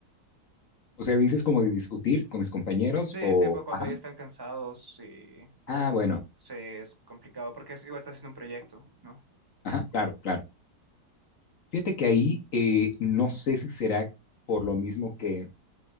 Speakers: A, on the left; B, on the right.
A: O sea, dices como de discutir con mis compañeros
B: Sí,
A: o...
B: tipo cuando
A: Ajá.
B: ya están cansados y tipo
A: Ah,
B: cuando
A: bueno,
B: se es complicado, porque es, igual estás haciendo un proyecto, ¿no?
A: ajá, claro, claro. Fíjate que ahí eh, no sé si será por lo mismo que